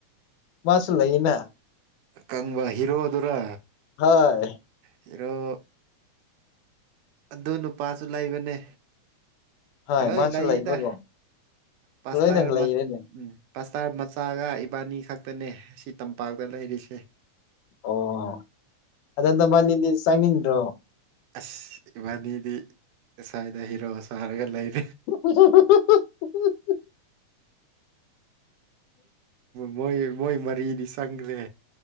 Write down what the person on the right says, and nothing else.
ꯀꯪꯕ ꯍꯤꯔꯣꯗꯨꯔ
ꯐꯔꯣ ꯑꯗꯨ ꯅꯨꯄꯥꯁꯨ ꯂꯩꯕꯅꯦ
ꯂꯣꯏ
ꯂꯩꯥꯏꯌꯦꯗ
ꯄꯥꯁꯇꯥꯔ
ꯎꯝ ꯄꯁꯇꯥꯔ ꯃꯆꯥꯒ ꯏꯕꯥꯅꯤ ꯈꯛꯇꯅꯦ ꯑꯁꯤ ꯇꯝꯄꯥꯛꯇ ꯂꯩꯔꯤꯁꯦ
ꯑꯁ ꯏꯕꯥꯅꯤꯗꯤ ꯉꯁꯥꯏꯗ ꯍꯤꯔꯣ ꯁꯥꯔꯒ ꯂꯩꯔꯤ
ꯃꯣꯏ ꯃꯣꯏ ꯃꯔꯤꯗꯤ ꯁꯪꯈ꯭ꯔꯦ